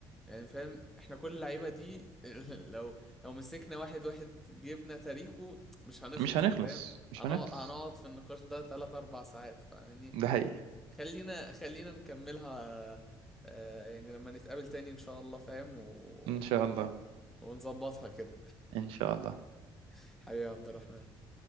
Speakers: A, in the centre; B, on the right (about 90°).
A: يعني فاهم احنا كل اللعيبه دي <laughs> لو لو مسكنا واحد واحد جبنا تاريخه مش هنخلص
B: مش هنخلص
A: فاهم
B: مش
A: هنقعد
B: هنخلص
A: هنقعد في النقاش ده 3 4 ساعات فيعني
B: ده حقيقي
A: خلينا خلينا نكملها آه، يعني لما نتقابل تاني ان شاء الله فاهم ويعني
B: ان شاء الله
A: ونظبطها كده
B: ان شاء الله
A: <laughs> حبيبي يا عبد الرحمن